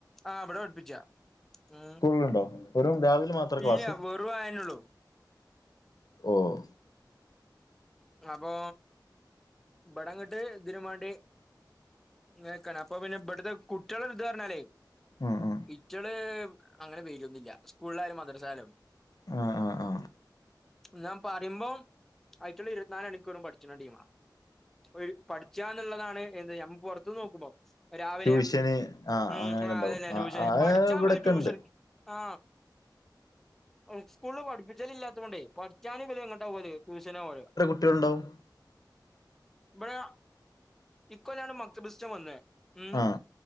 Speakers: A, in the centre; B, on the left.
A: ആഹ് ഇവിടെ പഠിപ്പിച്ച ഉം
B: സ്കൂള്ണ്ടോ വെറും രാവിലെ മാത്രേ ക്ലാസ്?
A: ഇല്ല വെറും അയന്നള്ളൂ
B: ഓഹ്
A: അപ്പൊ ഇവ്ടങ്ങട്ട് ഇതിനും വേണ്ടി ങ്ങക്കാണ് അപ്പൊ പിന്നെ ഇവിടുത്തെ കുട്ടികള ഇത് ന്ന് പറഞ്ഞാല്
B: ഉം ഉം
A: ഇച്ചള് അങ്ങനെ പേരൊന്നില്ല സ്കൂളിലായാലും മദ്രസായാലും
B: ആ ആ ആ
A: ന്നാ പറിമ്പോ അയ്റ്റള് ഇര വറും പഠിച്ചണ ടീമാ ഒരു പഠിച്ചാന്നുള്ളതാണ് എന്ത് നമ്മക്ക് പൊറത്തു നോക്കുമ്പോ രാവിലെ
B: ട്യൂഷന് ആ
A: ഉം
B: അങ്ങനെയൊക്കെ
A: ആഹ്
B: ഉണ്ടാവും
A: അതന്നെ
B: ആ
A: ട്യൂഷന്
B: ആ
A: പഠിച്ചാ
B: ഇവിടൊക്കെ
A: മ്പല് ട്യൂഷൻ
B: ഉണ്ട്
A: ആ ഇസ്കൂളില് പഠിപ്പിച്ചല് ഇല്ലാത്ത കൊണ്ടേ ഞാന് പിന്നെങ്ങോട്ടാ പോല് ട്യൂഷനാ പോല്
B: ട്ടികള്ണ്ടാവും
A: ഇവിടെ ഇക്കൊല്ലാണ് മക്തബിസ്റ്റം വന്നെ ഉം
B: ആ